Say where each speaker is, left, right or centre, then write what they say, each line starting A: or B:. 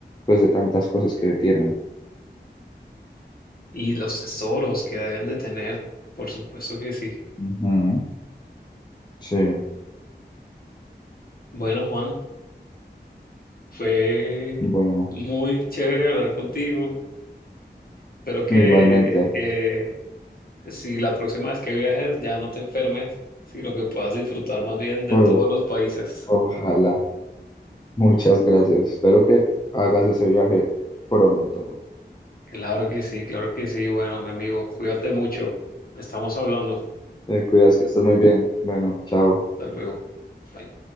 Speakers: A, on the left (about 25°); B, on the left (about 55°).
A: pues de tantas cosas que tienen.
B: y los tesoros que deben de tener, por supuesto que sí.
A: Ujú, Sí,
B: Bueno, Juan, fue
A: bueno,
B: muy chévere hablar contigo. Espero que
A: igualmente.
B: eh, si la próxima vez que viajes ya no te enfermes, sino que puedas disfrutar más bien de
A: Uy,
B: todos los países.
A: ojalá. Muchas gracias. Espero que hagas ese viaje pronto.
B: Claro que sí, claro que sí. Bueno, mi amigo, cuídate mucho. Estamos hablando.
A: Te cuidas, que estés muy bien. Bueno, chao.
B: Hasta luego. Bye.